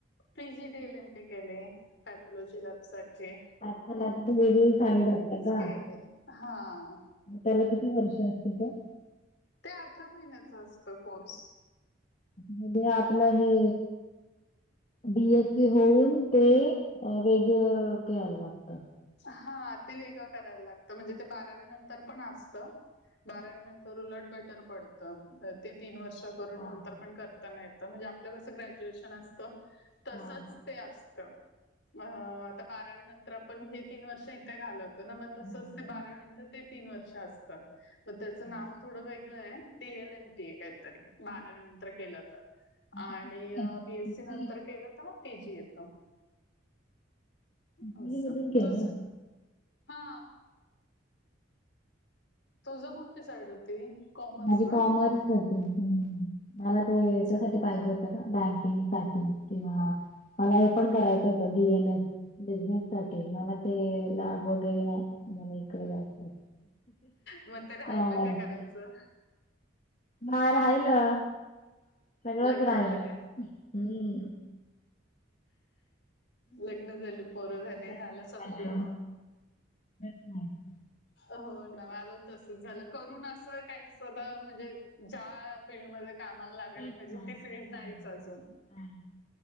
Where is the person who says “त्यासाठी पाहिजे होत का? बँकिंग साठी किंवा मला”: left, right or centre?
Left